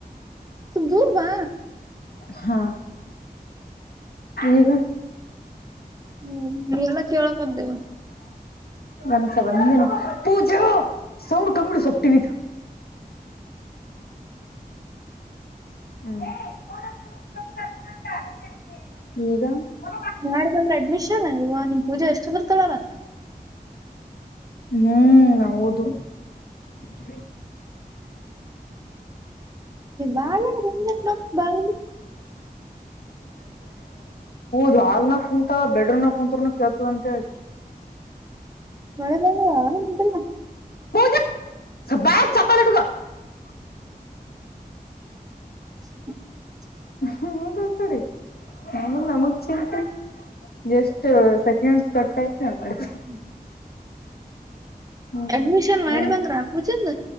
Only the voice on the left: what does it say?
ಹಾ ಈಗ
ಬಂದ್ಸ ಬಂದೇನು ಪೂಜಾ ಸೌಂಡ್ ಕಮ್ಮಿ ಇಡು ಸ್ವಲ್ಪ ಟಿವಿ ದು <unintelligible>
ಹ್ಮ್ಮ್ ಹೌದು <unintelligible> <unintelligible>
ದ ಹಾಲ್ ನಾಗ ಕುಂತ ಬೆಡ್ರೂಮ್ ನ ಕುತ್ರನು ಕೇಳ್ತದ ಅಂತ ಹೇಳಿ
ಪೂಜಾ <unintelligible>
ಹ ಹಂಗಕಡಿ ನಮದ್ ನಮಗ್ ಚಿಂತಿ ಜಸ್ಟ್ ಸೆಕೆಂಡ್ಸ್ ಕಟ್ಟ <unintelligible> ಮಾಡ್ರಿ
ಹ್ಮ್